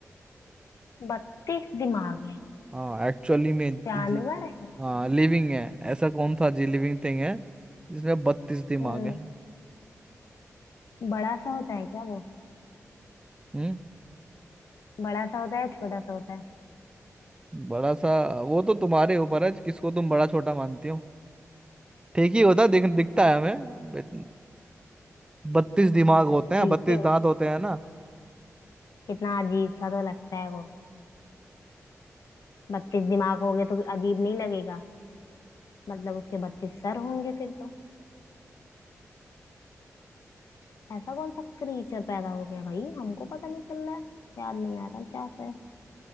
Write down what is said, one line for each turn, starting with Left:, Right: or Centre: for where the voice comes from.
Left: बत्तीस दिमाग है
Right: हाँ एक्चुअली में
Left: जानवर
Right: जी
Left: है
Right: हाँ लिविंग है ऐसा कौन था जी लिविंग थिंग है जिसमें बत्तीस दिमाग
Left: हम्म
Right: है
Left: बड़ा सा होता है क्या वो
Right: हम्म
Left: बड़ा सा होता है छोटा सा होता है
Right: बड़ा सा वो तो तुम्हारे ऊपर है किसको तुम बड़ा छोटा मानती हो ठीक ही होता दिख दिखता है हमें बत्तीस दिमाग होते
Left: ठीक
Right: हैं बत्तीस
Left: है
Right: दांत होते हैं ना
Left: कितना अजीब सा तो लगता है वो बत्तीस दिमाग हो गए तो अजीब नहीं लगेगा मतलब उसके बत्तीस सर होंगे फिर तो ऐसा कौन सा क्रीचर पैदा हो गया भाई हमको पता नहीं चल रहा है याद नहीं आ रहा क्या से